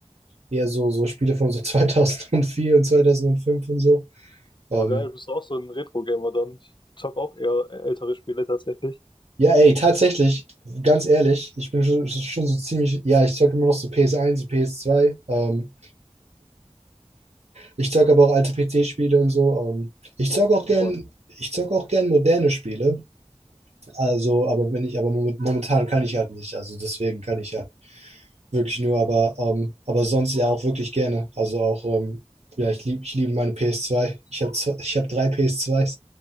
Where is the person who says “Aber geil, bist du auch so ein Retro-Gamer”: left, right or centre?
Left